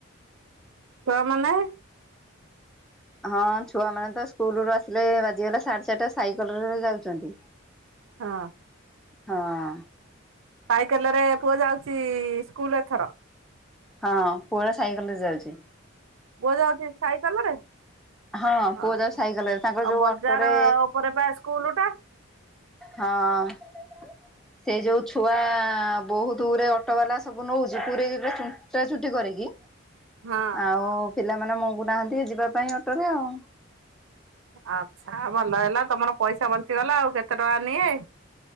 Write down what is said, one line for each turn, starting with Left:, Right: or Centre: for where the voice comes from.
Right: ଛୁଆ ମାନେ?
Centre: ହଁ ଛୁଆମାନେତ ସ୍କୁଲୁ ଆସିଲେ ବାଜିଗଲା ସାଢେ ଚାରିଟା ସାଇକେଲରେ ଯାଉଛନ୍ତି।
Right: ହଁ।
Centre: ହଁ।
Right: ପାଇାଇକେଲ ରେ ପୁଅ ଯାଉଛି ସ୍କୁଲ ଏଥର?
Centre: ହଁ ପୁରା ସାଇକେଲ ରେ ଯାଉଛି।
Right: ପୁଅ ଯାଉଛି ସାଇକେଲ ରେ।
Centre: ହଁ ପୁଅ
Right: ଓହୋ
Centre: ଯାଉଛି ସାଇକେଲରେ ତାଙ୍କର ଯୋଉ
Right: ବଜାର
Centre: ଅଟୋରେ
Right: ଉପରେ ପା ସ୍କୁଲ ଟା?
Centre: ହଁ। ସେଇ ଯୋଉ ଛୁଆ ବହୁତ ଗରେ ଅଟୋ ବାଲା ସବୁ ନଉଛି ପୁରୀ ପା ଚଣ୍ଟା ଚୁଣ୍ଟି କରିକି।
Right: ହଁ
Centre: ଆଉ ପିଲାମାନେ ମଙ୍ଗୁ ନାହାନ୍ତି ଯିବା ପାଇଁ ଅଟୋରେ ଆଉ।
Right: ଆଚ୍ଛା ଭଲ ହେଲା ତମର ପଇସା ବଞ୍ଚିଗଲା ଆଉ କେତେ ଟଙ୍କା ନିଏ?